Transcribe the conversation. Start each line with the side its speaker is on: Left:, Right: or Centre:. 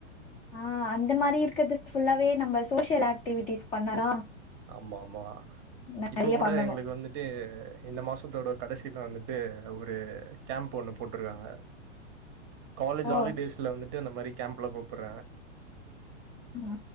Left: ஆ அந்த மாரி இருக்குது ஃபுல்லாவே நம்ப‌ சோசியல் ஆக்டிவிட்டிஸ் பண்ணலா
Right: ஆமா ஆமா
Left: நெறைய
Right: இப்போ கூட
Left: பண்ணனு
Right: எங்களுக்கு வந்து ட்டு இந்த மாசத்தோட கடைசில வந்துட்டு ஒரு கேம்ப் ஒன்னு போட்டுருக்காங்க காலேஜி
Left: ஓ
Right: ஹாலிடேஸ்ல வந்துட்டு அந்த மாரி கேம்ப்ல கூப்பற
Left: ஆமா